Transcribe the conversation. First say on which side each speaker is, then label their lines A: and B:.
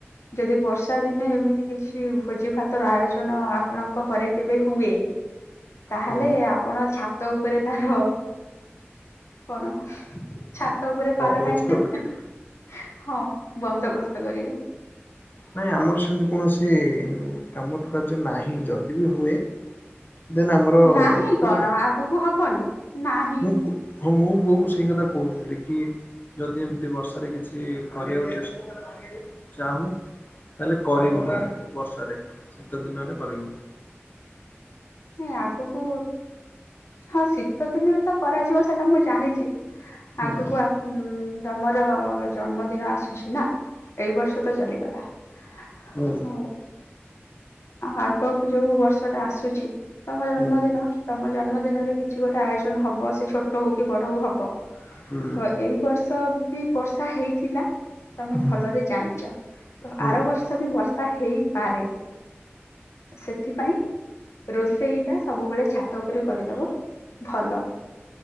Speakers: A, on the left; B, on the left.
A: ଯଦି ବର୍ଷା ଦିନେ ଏମିତି କିଛି ଭୋଜି ଭାତର ଆୟୋଜନ ଆ ଆପଣଙ୍କ ଘରେ କେବେ ହୁଏ ତାହେଲେ
B: ହୁଁ
A: ଆପଣ ଛାତ ଉପରେ ତାର କଣ ଛାତ ଉପରେ ପାଲ
B: ବନ୍ଦୋବସ୍ତ
A: ଟାଙ୍ଗିଦବେ
B: କରିବେ
A: ହଁ ବନ୍ଦୋବସ୍ତ କରିବେ।
B: ନାଇଁ ଆମର ସେମିତି କୌଣସି କାମ ତ କାର୍ଯ୍ୟ ନାହିଁ ଯଦି ବି ହୁଏ
A: ହ <unintelligible>
B: ଦେନ ଆମର
A: ନାହିଁ କଣ
B: ମୁଁ
A: ଆଗକୁ ହବନି ନାହିଁ।
B: ମୁଁ ହଁ ମୁଁ ବୋଉକୁ ସେଇ କଥା କହୁଥିଲି କି ଯଦି ଏମିତି ବର୍ଷାରେ କିଛି କରିଆକୁ ଚେସ ଚାହୁଁ ତାହେଲେ କରିବୁନି ବର୍ଷାରେ ଶୀତ ଦିନରେ କରିବୁ।
A: ନାଇଁ ଆଗକୁ ହଁ ଶୀତ ଦିନରେ ତ କରାଯିବ ସେଟା ମୁଁ ଜାଣିଚି
B: ହୁଁ
A: ଆଗକୁ ଆପ ହୁଁ ତମର ଜନ୍ମଦିନ ଆସୁଛି ନା ଏଇ ବର୍ଷ ତ ଚାଲିଗଲା। ହଉ
B: ହୁଁ
A: ଆ ଆଗକୁ ଯୋଉ ବର୍ଷ ଟା ଆସୁଛି। ତମ ଜନ୍ମଦିନ
B: ହୁଁ
A: ତମ ଜନ୍ମଦିନରେ କିଛି ଗୋଟେ ଆୟୋଜନ ହବ ସେ ଛୋଟ ହଉ କି ବଡ ହଉ ହ ବ ତ
B: ହୁଁ
A: ଏଇ ବର୍ଷ ବି ବର୍ଷା ହେଇଥିଲା? ତମେ
B: ହୁଁ
A: ଭଲରେ ଜାଣିଚ ତ
B: ହୁଁ
A: ଆର ବର୍ଷ ସବୁ ବର୍ଷା ହେଇପାରେ ସେଥିପାଇଁ ରୋଷେଇ ଟା ସବୁବେଳେ ଛାତ ଉପରେ କରିଦବ ଭଲ।